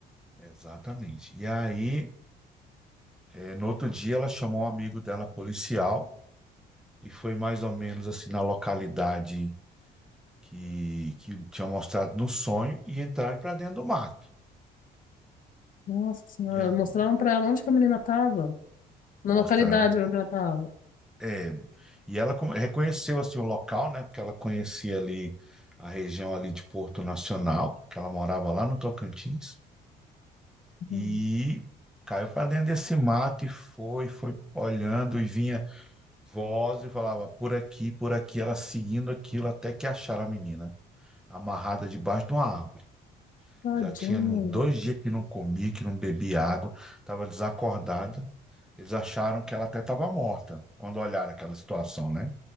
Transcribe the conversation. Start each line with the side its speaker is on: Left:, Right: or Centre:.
Centre: Exatamente. E aí, eh, no outro dia, ela chamou um amigo dela, policial, e foi mais ou menos assim na localidade que, que tinha mostrado no sonho e entraram para dentro do mato.
Left: Nossa senhora,
Centre: E an-
Left: mostraram pra ela onde que a menina tava.
Centre: mostraram.
Left: Na localidade onde ela tava.
Centre: É, e ela come- reconheceu assim, o local, né? Porque ela conhecia ali a região ali de Porto Nacional, que ela morava lá no Tocantins,
Left: Uhum.
Centre: e caiu para dentro desse mato e foi, foi olhando e vinha voz e falava por aqui, por aqui, ela seguindo aquilo até que acharam a menina amarrada debaixo de uma árvore.
Left: Tadinha.
Centre: Já tinha um- dois dias que não comia, que não bebia água, estava desacordada. Eles acharam que ela até estava morta, quando olharam aquela situação, né?